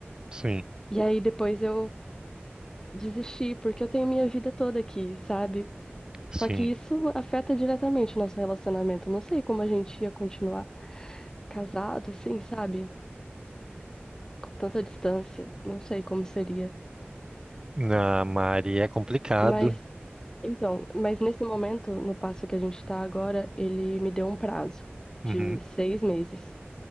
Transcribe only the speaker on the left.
E aí depois eu desisti, porque eu tenho minha vida toda aqui, sabe? Só
que isso afeta diretamente o nosso relacionamento. Não sei como a gente ia continuar casado, assim, sabe? Com tanta distância. Não sei como seria.
Mas Então, mas nesse momento, no passo que a gente está agora, ele me deu um prazo
de seis meses.